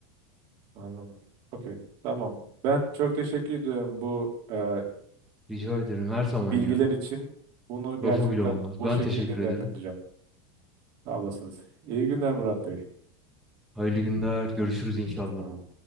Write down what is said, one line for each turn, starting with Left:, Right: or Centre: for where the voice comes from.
Right: Anladım. Okey tamam. Ben çok teşekkür ediyorum bu e,
Centre: Rica ederim her zaman
Right: bilgiler
Centre: ya.
Right: için. Bunu gerçekten
Centre: Lafı bile olmaz.
Right: bu
Centre: Ben
Right: şekilde
Centre: teşekkür ederim.
Right: değerlendireceğim. Sağ olasınız. İyi günler Murat Bey.
Centre: Hayırlı günler. Görüşürüz inşallah.
Right: Sağ olun.